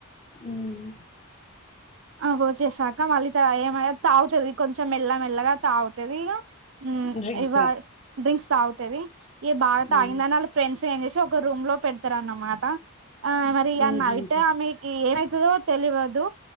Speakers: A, on the left; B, on the right.
A: మ్మ్.
B: ఫోర్స్ చేశాక మళ్లీ ఏ మ య తాగుతది కొంచెం మెల్లమెల్లగా తాగుతది ఇగా హూమ్
A: డ్రింక్స్
B: ఇవా డ్రింక్స్ తాగుతది ఇగ బాగా
A: మ్మ్.
B: తాగిందాని వాళ్ళ ఫ్రెండ్స్ చేంజ్ చేసి ఒక రూమ్ లో పెడతారనమాట ఆ మరి
A: మ్మ్.
B: ఆ నైటే ఆమెకి ఏమై తదో తెలవదు